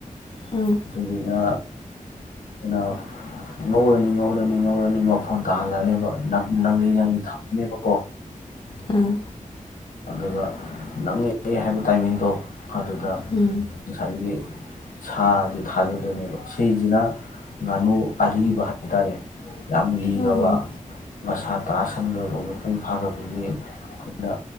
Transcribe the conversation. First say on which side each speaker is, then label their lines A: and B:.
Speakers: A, on the left (about 35°); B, on the left (about 75°).
A: ꯑꯥ
B: ꯑꯗꯨꯗꯨꯅ ꯑꯈꯣꯏꯅ ꯉꯧꯔꯅꯤ ꯉꯧꯔꯅꯤ ꯉꯧꯔꯅꯤ ꯃꯐꯣꯟ ꯇꯥꯍꯜꯂꯅꯦꯕ ꯅꯪꯂꯤ ꯅꯪꯂꯤ ꯊꯝꯃꯅꯦꯕꯀꯣ
A: ꯑꯥ
B: ꯑꯗꯨꯒ ꯅꯪꯉꯛꯑꯦ ꯍꯥꯏꯕ ꯇꯥꯏꯃꯤꯡꯗꯣ ꯑꯗꯨꯗ
A: ꯎꯝ
B: ꯉꯁꯥꯏꯒꯤ ꯁꯥꯗꯤ ꯊꯥꯗꯗꯣꯏꯅꯦꯕ ꯁꯤꯁꯤꯅ ꯉꯥꯅꯨ ꯑꯔꯤꯕ ꯍꯥꯏ ꯇꯥꯔꯦ ꯌꯥꯝ ꯂꯤꯈ꯭ꯔꯕ
A: ꯑꯣ
B: ꯃꯁꯥ ꯇꯥꯁꯟꯈ꯭ꯔꯕ ꯃꯄꯨꯡ ꯐꯥꯈꯕꯒꯤ ꯑꯩꯈꯣꯏꯅ